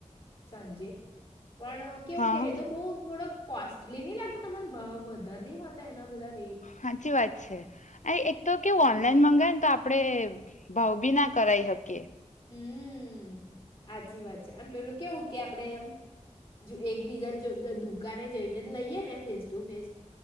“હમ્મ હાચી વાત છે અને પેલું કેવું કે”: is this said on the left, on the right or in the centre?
Left